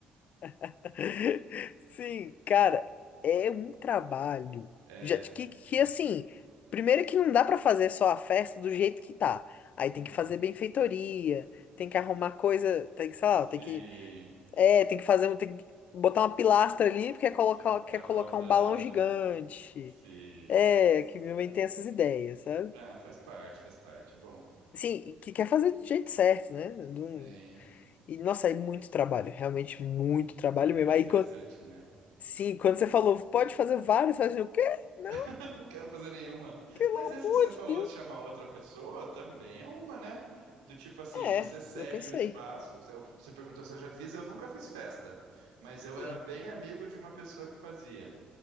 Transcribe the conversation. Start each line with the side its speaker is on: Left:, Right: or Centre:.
Left: <laughs> sim, cara, é um trabalho.
Right: É,
Left: Já, que, que
Right: sim.
Left: assim, primeiro que não dá pra fazer só a festa do jeito que tá. Aí
Right: Uhum.
Left: tem que fazer benfeitoria, tem que arrumar coisa, tem que, sei
Right: Sim.
Left: lá, tem que, é, tem que fazer um, tem que botar uma pilastra ali porque quer colocar,
Right: Que
Left: quer
Right: tá
Left: colocar
Right: faltando,
Left: um balão gigante.
Right: né? Sim.
Left: É,
Right: Nossa
Left: que
Right: senhora.
Left: minha mãe tem essas ideias, sabe?
Right: Ah, faz parte, faz parte, é bom.
Left: Sim, e que quer fazer do jeito certo, né? Não-
Right: Sim,
Left: E, nossa, é muito trabalho, realmente muito
Right: sim.
Left: trabalho
Right: E é bem
Left: mesmo. Aí,
Right: estressante, né?
Left: Sim, quando você falou, pode fazer vários, fazer o quê? Meu
Right: <laughs> Eu Não quero fazer nenhuma. Mas
Left: amor
Right: esse que você falou,
Left: de Deus.
Right: de chamar outra pessoa, também é uma, né? Do tipo assim,
Left: É,
Right: você cede
Left: eu pensei.
Right: o espaço. Você você perguntou se eu já fiz, eu nunca fiz festa. Mas eu
Left: Sim.
Right: era bem amigo de uma pessoa que fazia.